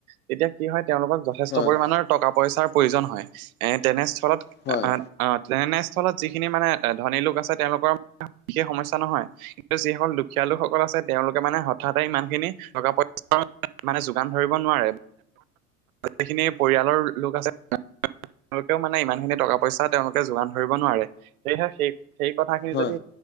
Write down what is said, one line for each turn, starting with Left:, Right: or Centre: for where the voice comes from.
Right: তেতিয়া কি হয় তেওঁলোকক যথেষ্ট
Left: হয়
Right: পৰিমাণৰ টকা পইচাৰ প্ৰয়োজন হয়। এ তেনেস্থলত অ
Left: হয়
Right: অ তেনেস্থলত যিখিনি মানে এ ধনী লোক আছে তেওঁলোকৰ বিশেষ সমস্যা নহয়। কিন্তু যিসকল দুখীয়া লোকসকল আছে তেওঁলোকে মানে হঠাতে ইমান খিনি টকা পইচা মানে যোগান ধৰিব নোৱাৰে। যিখিনি পৰিয়ালৰ লোক আছে। তেওঁলোকেও মানে ইমান খিনি টকা পইচা তেওঁলোকে যোগান ধৰিব নোৱাৰে সেয়েহে সেই সেই কথাখিনি
Left: হয়
Right: যদি